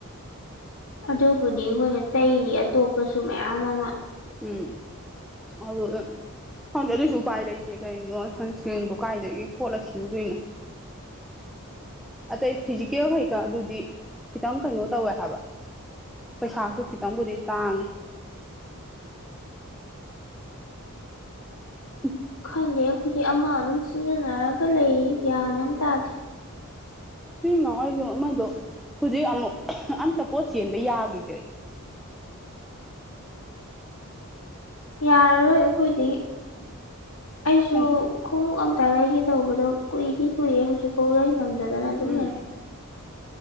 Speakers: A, on the left; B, in the centre.
A: ꯑꯗꯨꯕꯨꯗꯤ ꯑꯩꯈꯣꯏꯅ ꯇꯩꯔꯤ ꯑꯇꯣꯞꯄꯁꯨ ꯃꯌꯥꯝ ꯑꯃ
B: ꯎꯝ ꯑꯗꯨꯒꯥ ꯍꯪꯗꯦ ꯑꯗꯨꯑꯣꯏꯁꯨ ꯎꯄꯥꯏ ꯂꯩꯇꯦ ꯀꯩꯅꯣ ꯁꯟꯁꯀ꯭ꯔꯤꯟꯕꯨ ꯀꯥꯏꯗꯒꯤ ꯀꯣꯠꯂ ꯊꯤꯔꯨꯗꯣꯏꯅꯣ ꯑꯇꯩ ꯐꯤꯖꯤꯀꯦꯜ ꯀꯩꯀꯥ ꯑꯗꯨꯗꯤ ꯈꯤꯇꯪ ꯀꯩꯅꯣ ꯇꯧꯋꯦ ꯍꯥꯏꯕ ꯄꯩꯁꯥꯁꯨ ꯈꯤꯇꯪꯕꯨꯗꯤ ꯇꯥꯡꯉꯦ ꯎ
A: ꯈꯪꯗꯦ ꯑꯩꯈꯣꯏꯗꯤ ꯑꯃ ꯑꯗꯨꯝ ꯁꯤꯖꯤꯟꯅꯔꯒ ꯂꯩ ꯒ꯭ꯌꯥꯟ ꯑꯃ ꯇꯥꯗꯦ
B: ꯎꯝ <unintelligible> ꯑꯃꯗꯣ ꯍꯧꯖꯤꯛ ꯑꯃꯨꯛ ꯑꯝꯇ ꯄꯣꯠ ꯆꯦꯟꯕ ꯌꯥꯒꯤꯗ꯭ꯔꯦ
A: <unintelligible> ꯌꯥꯔꯔꯣꯏ ꯑꯩꯈꯣꯏꯗꯤ ꯑꯩꯁꯨ
B: ꯎꯝ
A: ꯈꯣꯡꯎꯞ ꯑꯃ ꯇ ꯂꯩꯒꯤ ꯇꯧꯕꯗꯣ ꯀꯨꯏꯗꯤ ꯀꯨꯏꯌꯦ ꯍꯧꯖꯤꯛꯐꯥꯎ ꯂꯩ ꯉꯝꯗꯗꯅ ꯑꯗꯨꯝ
B: ꯎꯝ
A: ꯂꯩ